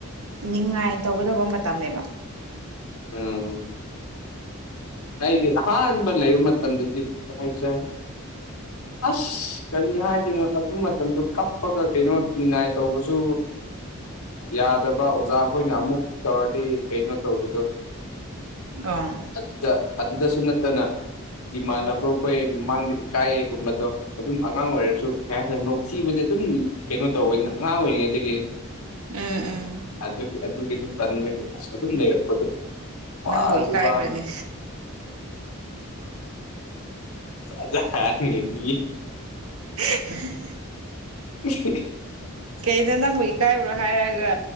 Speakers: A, on the right; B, on the left.
A: ꯅꯤꯡꯉꯥꯏ ꯇꯧꯒꯗꯕ ꯃꯇꯝꯅꯦꯕ
B: ꯎꯝ ꯑꯩꯗꯤ ꯑꯍꯥꯟꯕ ꯂꯩꯕ ꯃꯇꯝꯝꯗꯗꯤ ꯀꯩ ꯍꯥꯢꯁꯤꯔ ꯑꯁ ꯀꯔꯤ ꯍꯥꯏꯗꯣꯏꯅꯣ ꯑꯗꯨ ꯃꯇꯝꯗꯨ ꯀꯞꯄꯒ ꯀꯩꯅꯣ ꯅꯤꯡꯉꯥꯏ ꯇꯧꯕꯁꯨ ꯌꯥꯗꯕ ꯑꯣꯖꯥꯈꯣꯏꯅ ꯑꯃꯨꯛ ꯇꯧꯔꯗꯤ ꯀꯩꯅꯣ ꯇꯧꯕꯗꯣ
A: ꯑꯥ
B: ꯑꯗꯨꯗ ꯑꯗꯨꯗꯁꯨ ꯅꯠꯇꯅ ꯏꯃꯥꯟꯅꯕꯈꯣꯏ ꯃꯃꯥꯡꯗ ꯏꯀꯥꯏꯌꯦꯒꯨꯝꯕꯗꯣ ꯑꯗꯨꯝ ꯑꯉꯥꯡ ꯑꯣꯏꯔꯁꯨ <unintelligible> ꯅꯣꯛꯊꯤꯕꯗꯤ ꯑꯗꯨꯝ ꯀꯩꯅꯣ ꯇꯧꯋꯦꯗꯅ ꯑꯉꯥꯡ ꯑꯣꯏꯔꯤꯉꯩꯗꯒꯤ
A: ꯎꯝ ꯎꯝ
B: ꯑꯗꯨꯒꯤ ꯑꯗꯨꯒꯤꯁꯨ ꯀꯟ ꯑꯁ ꯑꯗꯨꯝ ꯂꯩꯔꯛꯄꯗꯣ꯫ ꯋꯥꯔꯁꯨ
A: ꯅꯪꯕꯨ ꯏꯀꯥꯏꯕ꯭ꯔꯅꯦ
B: ꯋꯥꯅ ꯖꯥꯠ ꯖꯥ ꯃꯤ꯫
A: ꯑꯦ ꯑꯍ꯫
B: ꯏꯍꯤ꯫
A: ꯀꯩꯗ ꯅꯪꯕꯨ ꯏꯀꯥꯏꯕ꯭ꯔꯣ ꯍꯥꯏꯔꯒ